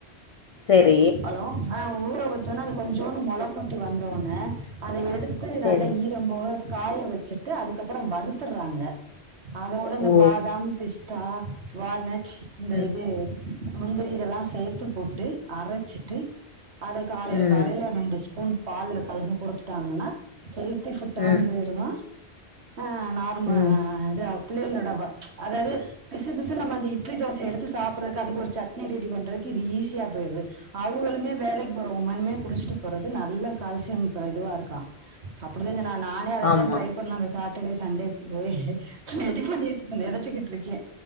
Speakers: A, on the left; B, on the right.
A: செரி
B: ஹலோ ஆ ஊர வச்சோனா அது கொஞ்சோன்னு மொள குட்டி வந்தோனே அத எடுத்து
A: சரி.
B: நல்லா ஈ போக காய வச்சுட்டு அதுக்கப்புறோ வருத்துடுறாங்க அதோட இந்த
A: ஓ!
B: பா பாதாம் பிஸ்தா வால்நட் இந்த
A: ம்,
B: இது முந்திரி இதெல்லா சேத்து போட்டு அரைச்சிட்டு அத காலையில
A: ம்,
B: காலையில ரெண்டு ஸ்பூன் பால்ல களந்து குடுத்துட்டாங்கன்னா ஹெல்த ஹெல்த்தி ஃபுட்டாவு
A: ம்,
B: போயிருங்க ஆ நார்ம
A: ம்.
B: ஆ ஆ இதா பிள்ளைலோடு அவ்வா அதாது பிசு பிசுனு நம்ம அந்த இட்லி தோசைய எடுத்து சாப்பிட்றக்கு அதுக்கு ஒரு சட்னி ரெடி பண்றது இதுக்கு ஈஸியா போயிருது அவுங்களுமே வேலைக்கு போறவுமே குடிச்சிட்டு போறது நல்ல கால்சியம் இதுவா இருக்கா அப்டிதா சொங் நானே அதத்தா
A: ஆமா.
B: ட்ரை பண்ணே அந்த சாட் ட்டர்டே சண்டே போய் ரெடி பண்ணி வெச் நெனச்சிட்டு இருக்கே